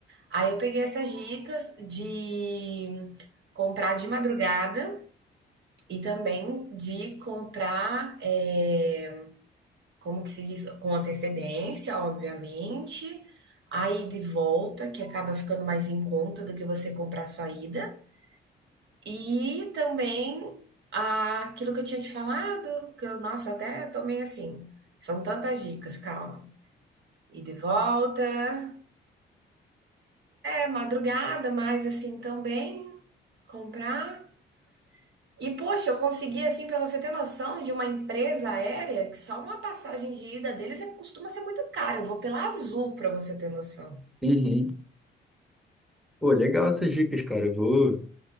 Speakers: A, on the right (about 65°); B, in the centre.
A: Aí eu peguei essas dicas de comprar de madrugada e também de comprar, é, como que se diz? Com antecedência, obviamente. A ida e volta, que acaba ficando mais em conta do que você comprar só a ida. E também ah, aquilo que eu tinha te falado, que eu, nossa, até tomei assim. São tantas dicas, calma. E de volta. É, madrugada, mas assim também comprar. E poxa, eu consegui assim para você ter noção de uma empresa aérea que só uma passagem de ida deles é- costuma ser muito cara. Eu vou pela Azul para você ter noção.
B: Uhum. Pô, legal essas dicas, cara. Eu vou,